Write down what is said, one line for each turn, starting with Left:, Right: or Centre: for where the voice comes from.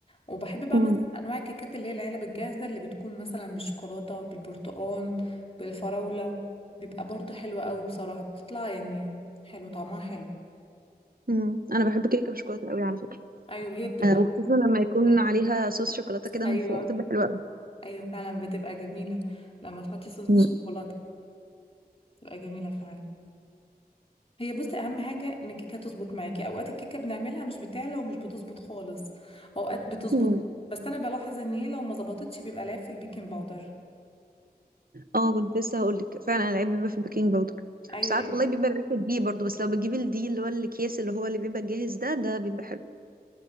Left: وبحب بقى
Right: مم.
Left: مثلا انواع الكيكات اللي هي العلب الجاهزه اللي بتكون مثلا بالشوكولاته بالبرتقال بالفراوله بيبقى برضو حلوه قوي بصراحه بتطلع يعني حلو طعمها حلو
Right: مم. انا بحب كيكة بالشوكولاتة قوي على فكرة
Left: ايوه هي بتبقى
Right: آه، وخصوصا لما يكون عليها صوص شوكولاتة كده
Left: ايوه
Right: من فوق بتبقى حلوة قوي
Left: ايوه فعلا بتبقى جميله لما تحطي صوص الشوكولاته
Right: مم.
Left: بتبقى جميله فعلا هي بصي اهم حاجه ان الكيكه تظبط معاكي اوقات الكيكه بنعملها مش بتعلى ومش بتظبط خالص اوقات بتظبط
Right: مم.
Left: بس انا بلاحظ ان هي لو ما ظبطتش بيبقى العيب في البيكنج باودر
Right: اه كنت لسه هقول لك فعلا العيب بيبقى في البيكنج باودر
Left: ايوه
Right: ساعات
Left: لقيت
Right: والله بيبقى العيب في الدقيق برضو بس لو بتجيب الدقيق اللي هو الاكياس اللي هو اللي بيبقى جاهز ده ده بيبقى حلو